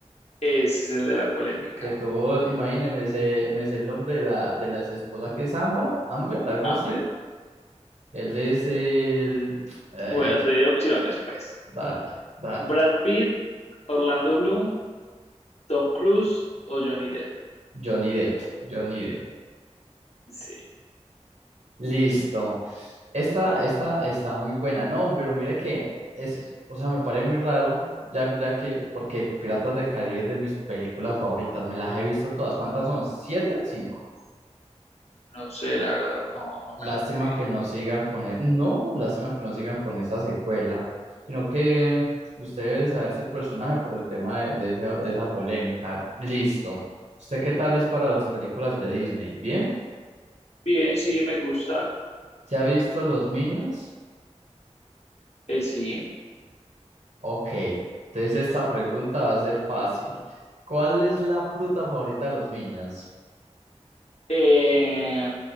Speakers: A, on the left; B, on the right.
A: Ese es el de la polémica.
B: Que tuvo, imagíneme, me sé, me sé el nombre de la de las esposas que es Ámbar, Amber, algo
A: A
B: así.
A: ver,
B: Él es el eh,
A: bueno, te doy opciones, pues.
B: dale, dale.
A: Brad Pitt, Orlando Bloom, Tom Cruise o Johnny Depp.
B: Johnny Depp, Johnny Depp.
A: Sí.
B: Listo. Esta, esta está muy buena, no, pero mira que es, o sea, me parece muy raro, ya, que- ya que, porque Piratas del Caribe es de mis películas favoritas, me las he visto todas. ¿Cuántas son? ¿Siete? ¿Cinco?
A: No sé, la verdad, no, no
B: Lástima
A: me las he visto.
B: que no sigan con, e- no, lástima que no sigan con esa secuela, sino que usted debe saberse el personaje por el tema de, de esa, de esa polémica. Listo. ¿Usted qué tal es para las películas de Disney? ¿Bien?
A: Bien, sí, me gustan.
B: ¿Se ha visto Los Minions?
A: Eh, sí.
B: Ok, entonces esta pregunta va a ser fácil. ¿Cuál es
A: A ver.
B: la fruta favorita de los niños?
A: Eh,